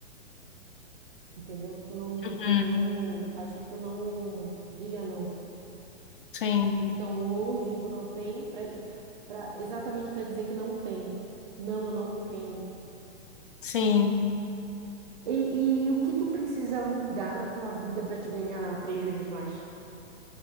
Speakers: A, on the right; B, on the left.
A: entendeu? Tu não, tu
B: Hum,
A: não, acho que tu não diria não.
B: sim,
A: Então hoje tu não tem pra, pra- exatamente para dizer que não tem. Não, eu não tenho.
B: sim.
A: E, e o que tu precisa mudar na tua vida para te ganhar três vezes mais? O